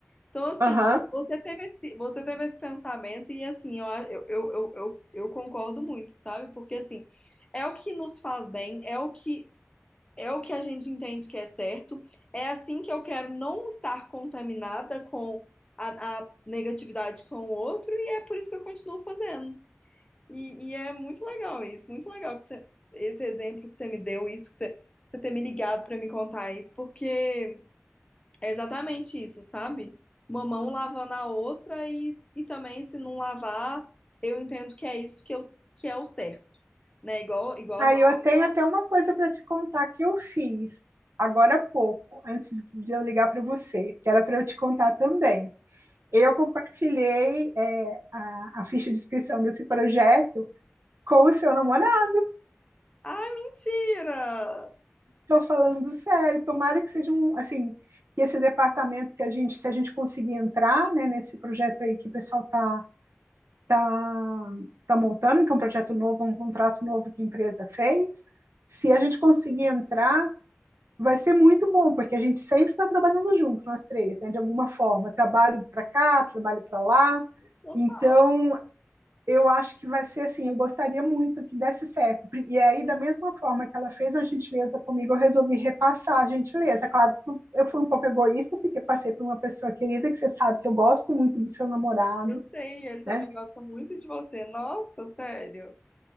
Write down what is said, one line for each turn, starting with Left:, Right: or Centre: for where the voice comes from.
Left: Então, assim,
Right: Aham.
Left: você teve esse, você teve esse pensamento e, assim, eu, a- eu, eu, eu, eu eu concordo muito, sabe? Porque, assim, é o que nos faz bem, é o que é o que a gente entende que é certo. É assim que eu quero não estar contaminada com a, a negatividade com o outro, e é por isso que eu continuo fazendo. E, e é muito legal isso, muito legal que você- esse exemplo que você me deu, isso que você, você ter me ligado para me contar isso, porque é exatamente isso, sabe? Uma mão lavando a outra, e, e também se não lavar, eu entendo que é isso que, eu, que é o certo, né? Igual, igual
Right: Aí
Left: as pessoas.
Right: eu tenho até uma coisa para te contar que eu fiz agora há pouco, antes de eu ligar para você, que era para eu te contar também. Eu compartilhei, é, a, a ficha de inscrição desse projeto com o seu namorado.
Left: Ah, mentira!
Right: Estou falando sério, tomara que seja um, assim, que esse departamento que a gente, se a gente conseguir entrar, né, nesse projeto aí que o pessoal tá, tá, tá montando, que é um projeto novo, um contrato novo que a empresa fez, se a gente conseguir entrar, vai ser muito bom, porque a gente sempre está trabalhando junto, nós três, né, de alguma forma, trabalho para cá, trabalho para lá,
Left: Total.
Right: então eu acho que vai ser assim, eu gostaria muito que desse certo. E aí, da mesma forma que ela fez a gentileza comigo, eu resolvi repassar a gentileza. Claro, eu fui um pouco egoísta, porque passei por uma pessoa querida, que você sabe que eu gosto muito do seu namorado,
Left: Eu sei, ele também
Right: né?
Left: gosta muito de você. Nossa, sério.